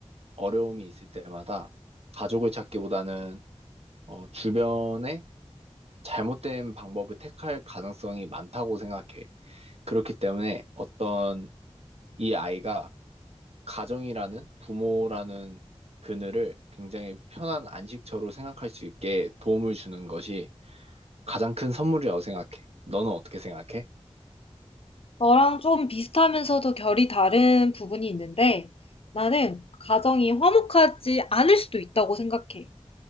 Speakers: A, on the right; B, on the left.
A: 어려움이 있을 때마다 가족을 찾기보다는 어, 주변에 잘못된 방법을 택할 가능성이 많다고 생각해. 그렇기 때문에 어떤 이 아이가 가정이라는 부모라는 그늘을 굉장히 편한 안식처로 생각할 수 있게 도움을 주는 것이 가장 큰 선물이라고 생각해. 너는 어떻게 생각해?
B: 너랑 좀 비슷하면서도 결이 다른 부분이 있는데 나는 가정이 화목하지 않을 수도 있다고 생각해.